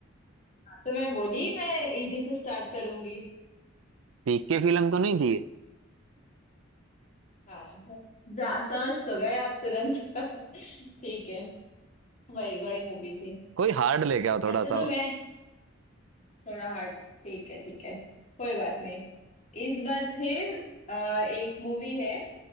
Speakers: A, on the left; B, on the right.
A: तो मैं बोली मैं इजी से स्टार्ट करूंगी
B: पीक की फिल्म तो नहीं थी ये।
A: हाँ हाँ, जा समझ तो गए आप तुरंत <laughs> ठीक है वही वही मूवी थी
B: कोई हार्ड लेके आओ थोड़ा
A: अच्छा तो
B: सा और।
A: मैं थोड़ा हार्ड ठीक है ठीक है कोई बात नहीं इस बार फिर अ, एक मूवी है